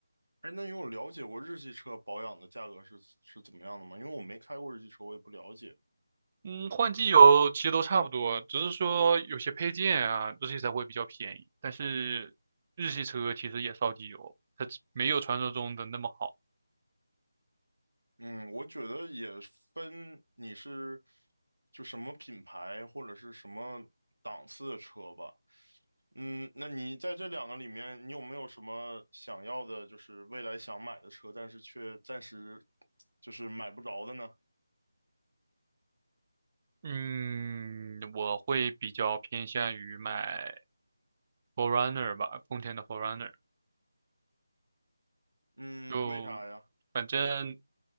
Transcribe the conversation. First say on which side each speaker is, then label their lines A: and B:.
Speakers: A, on the right (about 70°); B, on the right (about 25°).
A: 哎，那你有了解过日系车保养的价格是是怎么样的吗？因为我没开过日系车，我也不了解。
B: 嗯，换机油其实都差不多，只是说有些配件啊，日系才会比较便宜。但是日系车其实也烧机油，它只没有传说中的那么好。
A: 嗯，我觉得也分你是就什么品牌或者是什么档次的车吧。嗯，那你在这两个里面，你有没有什么想要的，就是未来想买的车，但是却暂时就是买不着的呢？
B: 嗯，我会比较偏向于买 f o r e r u n n e r 吧，丰田的 f o r e r u n n e r
A: 嗯，
B: 就
A: 为啥呀？
B: 反正